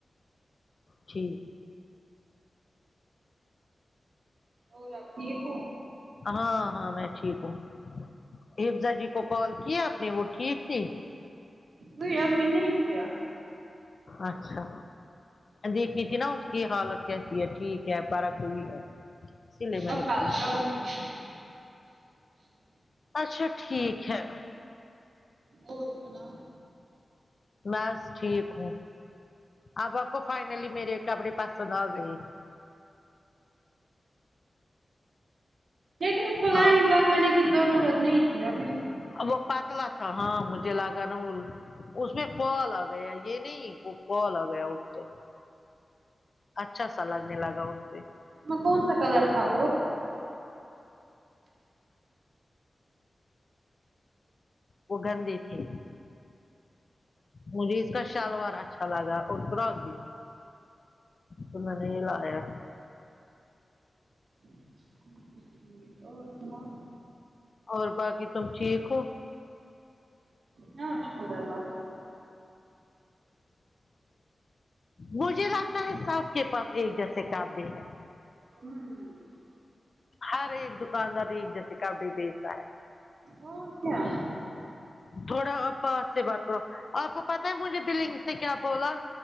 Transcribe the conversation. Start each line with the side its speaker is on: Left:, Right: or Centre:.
Left: ٹھیک
Right: اور آپ ٹھیک ہوں
Left: ہاں ہاں میں ٹھیک ہوں حفزا جی کو کال کیا آپ نے وہ ٹھیک تھی
Right: وہئی ابھی نہیں کیا
Left: اچھا دیکھی تھی نا اس کی حالت کیسی ہے ٹھیک ہے فرق ہوئی ہے اسی لیے میں
Right: اب
Left: نے
Right: ڈالتا
Left: پوچھا
Right: رہوںی
Left: اچھا ٹھیک ہے
Right: اور سنا
Left: بس ٹھیک ہوں اب آپکو فائنلی میرے کپڑے پںند آ گئے
Right: دیکھنا اس کو
Left: ہاں
Right: لائنگ لگانے کی کی ضرورت نہیں تھی ابھی
Left: وہ پتلا تھا ہاں مجھے لگا نا وہ اس میں فال آ گیا یہ نہیں وہ کال آ گیا اسٹیم اچھا سا لگنے لگا اٹھتے
Right: میں کون سا کلر تھا اور
Left: وہ گندے تھے مجھے اس کا شالوار اچھا گا اور پراغ بھی تو میں نے یہ لایا
Right: ہے ٹھیک اور سناؤ
Left: اور باقی تم ٹھیک ہو
Right: ہاں شکر اللہ کا
Left: مجھے لگتا ہے صاحب کے پاس ایک جیسے کااب د ہے
Right: ہم
Left: ہر ایک دکاندار ایک جیسے کپڈی بیچتا ہے
Right: اور کیا
Left: تھوڑا پاس سے بات رہو آپ کو پتا ہے مجھے بلنگ نے کیا بولا